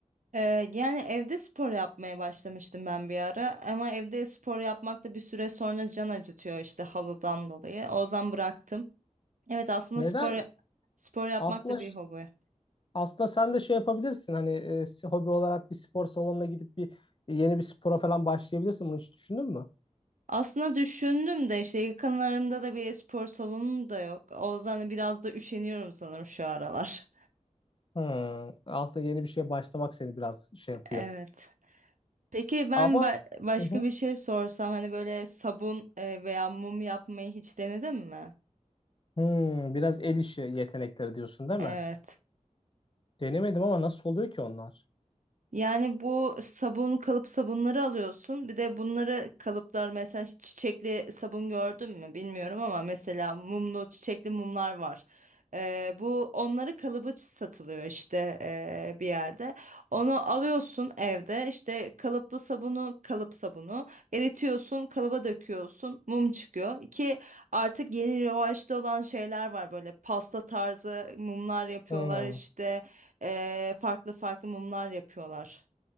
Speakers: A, on the right; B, on the left.
A: Ee, yani evde spor yapmaya başlamıştım ben bir ara ama evde spor yapmak da bir süre sonra can acıtıyor işte havadan dolayı. O yüzden bıraktım. Evet aslında
B: Neden?
A: spor spor yapmak
B: Aslında
A: da
B: Evet.
A: bir hobi.
B: Aslında sen de şey yapabilirsin hani e, hobi olarak bir spor salonuna gidip bir yeni bir spora falan başlayabilirsin. Bunu hiç düşündün mü?
A: Aslında düşündüm de işte yakınlarımda da bir spor salonu da yok. O yüzden de biraz da üşeniyorum sanırım şu aralar.
B: Hmm, aslında yeni bir şeye başlamak seni biraz şey yapıyor.
A: Evet. Peki ben
B: Ama
A: ba- başka
B: Hı hı.
A: bir şey sorsam hani böyle sabun e, veya mum yapmayı hiç denedin mi?
B: Hmm, biraz el işi yetenekleri diyorsun değil
A: Evet.
B: mi? Denemedim ama nasıl oluyor ki onlar?
A: Yani bu sabun kalıp sabunları alıyorsun. Bir de bunları kalıplar mesela hiç çiçekli sabun gördün mü bilmiyorum ama mesela mumlu çiçekli mumlar var. Ee, bu onları kalıbı satılıyor işte ee, bir yerde. Onu alıyorsun evde işte kalıplı sabunu kalıp sabunu eritiyorsun kalıba döküyorsun mum çıkıyor. Ki artık yeni revaçta olan şeyler var böyle pasta tarzı mumlar yapıyorlar
B: Hmm.
A: işte. Ee, farklı farklı mumlar yapıyorlar.